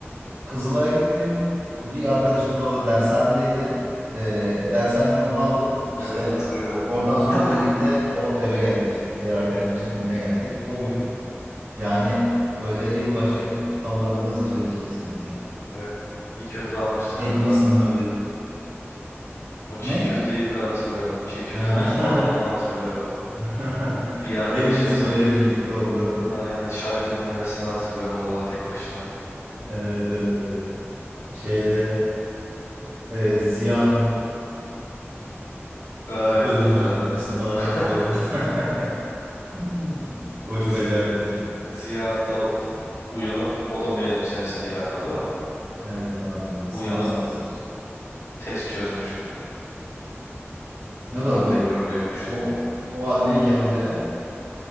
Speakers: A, on the right; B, on the left.
A: Kızılay'a gittim. Bir arkadaşımız orada dershanedeydi. Ee, dershaneden onu aldım. İşte
B: Evet hatırlıyorum.
A: oradan sonra
B: <clears throat>
A: birlikte o eve geldik. Diğer arkadaşımızın evine geldik. O gün yani böyle yılbaşı kutlamalarında zirvedir kesinlikle.
B: Evet. Çiğ köfte almıştık
A: Hepimizin
B: hatta.
A: böyle
B: O çiğ
A: ne?
B: köfteyi bile hatırlıyorum. Çiğ köftenin
A: Ha.
B: marulunu hatırlıyorum.
A: <laughs>
B: Bir arkadaşımızın
A: Hepimizin böyle birlikte olduğu.
B: aynen şarkı dinlemesini hatırlıyorum odada tek başına.
A: Evet evet evet. Şeyde e, Ziya'nın
B: Aa, evet
A: öldüm
B: hatırladım.
A: zannetmesini falan
B: <laughs>
A: hatırlıyorum. <laughs> Hmm. O çok
B: Z-
A: acayipti.
B: Ziya hatta uyanıp o da mezun senesiydi galiba değil mi?
A: Evet abi ya
B: Uyanıp
A: sınav stresi işte.
B: test çözmüştü.
A: Ne
B: Sonra
A: kadar garip.
B: tekrar uyumuştu.
A: O, o haldeyken bile